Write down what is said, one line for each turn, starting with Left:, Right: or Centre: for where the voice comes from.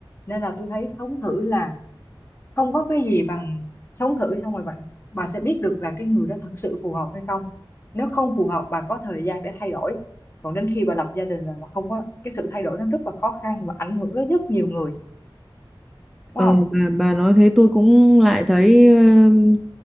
Left: nên là tôi thấy sống thử là không có cái gì bằng sống thử xong rồi bạn bà sẽ biết được là cái người đó thật sự phù hợp hay không nếu không phù hợp bà có thời gian để thay đổi còn đến khi bà lập gia đình rồi bà không có cái sự thay đổi nó rất là khó khăn và ảnh hưởng đến rất nhiều người đúng
Centre: Ờ,
Left: không
Centre: bà, bà nói thế tôi cũng lại thấy ừm,